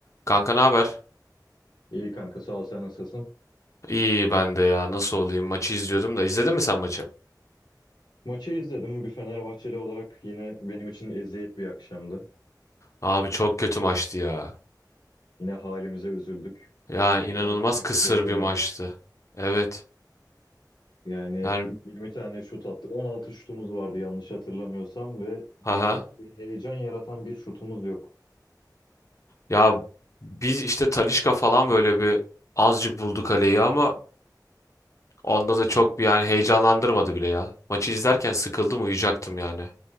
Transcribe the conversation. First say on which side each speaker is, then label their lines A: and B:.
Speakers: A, on the left (about 45°); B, on the left (about 75°).
A: Kanka ne haber?
B: İyi kanka sağ ol sen nasılsın?
A: İyi ben de ya nasıl olayım maçı izliyordum da izledin mi sen maçı?
B: Maçı izledim. Bir Fenerbahçeli olarak yine benim için eziyet bir akşamdı.
A: Abi çok kötü maçtı ya.
B: Yine halimize üzüldük.
A: yani inanılmaz
B: Rezalet bir
A: kısır
B: futbol oynadık.
A: bir maçtı. Evet.
B: Yani
A: Yani
B: 20 tane şut attı. 16 şutumuz vardı yanlış hatırlamıyorsam ve
A: haha.
B: isabetli heyecan yaratan bir şutumuz yok.
A: Ya biz işte Talisca falan böyle bir azıcık buldu kaleyi ama onda da çok bir yani heyecanlandırmadı bile ya. Maçı izlerken sıkıldım uyuyacaktım yani.